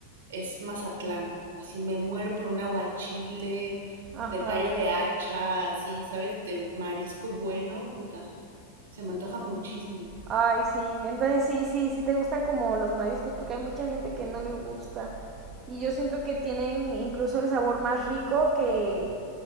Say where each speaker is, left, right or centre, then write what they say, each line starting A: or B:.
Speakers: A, on the right; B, on the right.
A: es Mazatlán. Así me muero por un aguachile
B: Ajá.
A: de callo de hacha, así, ¿sabes? De marisco bueno, puta. Se me antoja muchísimo.
B: Ay, sí. Entonces sí, sí, sí te gustan como los mariscos, porque hay mucha gente que no le gusta. Y yo siento que tienen incluso el sabor más rico que